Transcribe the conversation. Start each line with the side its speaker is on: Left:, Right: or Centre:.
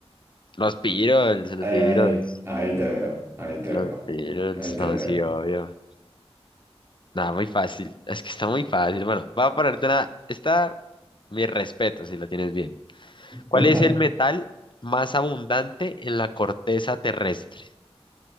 Left: los Beatles, los
Right: Ey,
Left: Beatles,
Right: ahí te veo, ahí te
Left: los
Right: veo,
Left: Beatles,
Right: ahí te
Left: no,
Right: veo.
Left: sí, obvio. Nada, muy fácil, es que está muy fácil. Bueno, voy a ponerte una, está mi respeto si la tienes bien. ¿Cuál
Right: <laughs>
Left: es el metal más abundante en la corteza terrestre?